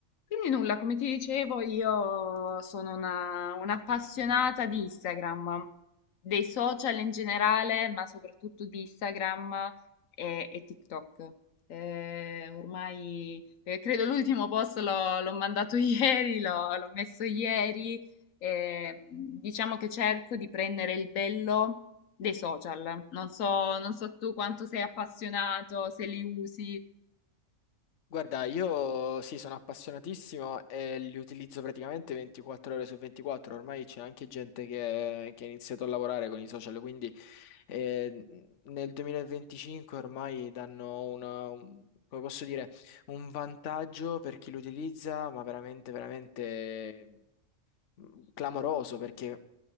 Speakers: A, on the left (about 80°); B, on the left (about 65°).
A: Quindi nulla, come ti dicevo, io sono una, un'appassionata di Instagram, dei social in generale, ma soprattutto di Instagram e, e TikTok. Eh, ormai eh, credo l'ultimo post l'ho l'ho mandato <laughs> ieri, l'ho l'ho messo ieri. eh, diciamo che cerco di prendere il bello dei social. Non so, non so tu quanto sei appassionato, se li usi.
B: Guarda, io sì, sono appassionatissimo e li utilizzo praticamente 24 ore su 24. Ormai c'è anche gente che, che ha iniziato a lavorare con i social, quindi eh, nel 2025 ormai danno una, un- come posso dire, un vantaggio per chi lo utilizza, ma veramente, veramente mm, clamoroso perché